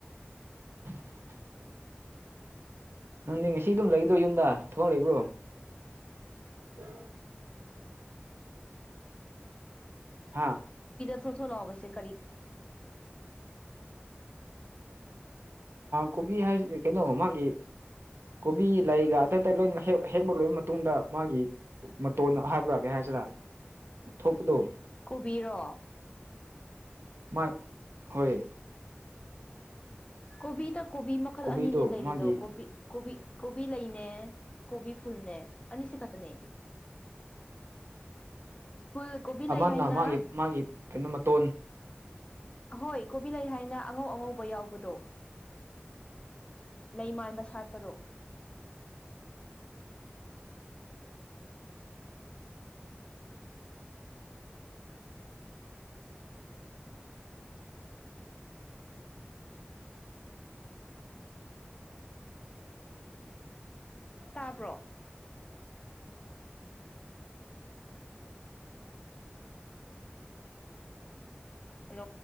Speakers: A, on the right; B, on the left.
A: <unintelligible> ꯅꯪꯗꯤ ꯉꯁꯤ ꯑꯗꯨꯝ ꯂꯩꯒꯗ꯭ꯔꯣ ꯌꯨꯝꯗ ꯊꯣꯛꯍꯛꯏꯕ꯭ꯔꯣ <unintelligible> ꯍꯥꯥ
B: ꯊꯣꯠ ꯊꯣꯠ ꯂꯥꯎꯕꯁꯦ ꯀꯔꯤ
A: ꯀꯣꯕꯤ ꯍꯥꯏ ꯀꯩꯅꯣ ꯃꯥꯒꯤ ꯀꯣꯕꯤ ꯂꯩꯒ ꯑꯇꯩ ꯑꯇꯩ ꯂꯣꯏꯅꯃꯛꯦꯛ ꯍꯦꯛꯄ ꯂꯣꯏꯕ ꯃꯇꯨꯡꯗ ꯃꯥꯒꯤ ꯃꯇꯣꯟ ꯍꯥꯏꯕ꯭ꯔꯥ ꯀꯩ ꯍꯥꯏ ꯔ ꯊꯣꯛꯄꯗꯣ
B: ꯀꯣꯕꯤꯔꯣ
A: ꯃꯥ ꯍꯣꯏ
B: ꯀꯣꯕꯤꯗ ꯀꯣꯕꯤ ꯃꯈꯜ
A: ꯀꯣꯕꯤꯗꯣ
B: ꯑꯅꯤꯅꯦ ꯂꯩꯔꯤꯗꯣ
A: ꯃꯥꯒꯤ
B: ꯀꯣꯕꯤ ꯀꯣꯕꯤ ꯀꯣꯕꯤ ꯂꯩꯅꯦ ꯀꯣꯕꯤ ꯐꯨꯜꯅꯦ ꯑꯅꯤꯁ ꯈꯛꯇꯅꯦ
A: <unintelligible>
B: ꯐꯨꯜ ꯀꯣꯕꯤ
A: ꯑꯃꯅ
B: ꯂꯩ ꯍꯥꯏꯅ
A: ꯃꯥꯒꯤ ꯃꯥꯒꯤ ꯀꯩꯅꯣ ꯃꯇꯣꯟ
B: ꯍꯣꯏ ꯀꯣꯕꯤ ꯂꯩ ꯍꯥꯏꯅ ꯑꯉꯧ ꯑꯉꯧꯕ ꯌꯥꯎꯕꯗꯣ ꯂꯩ ꯃꯥꯟꯕ ꯁꯥꯠꯄꯗꯣ ꯇꯥꯕ꯭ꯔꯣ ꯍꯜꯂꯣ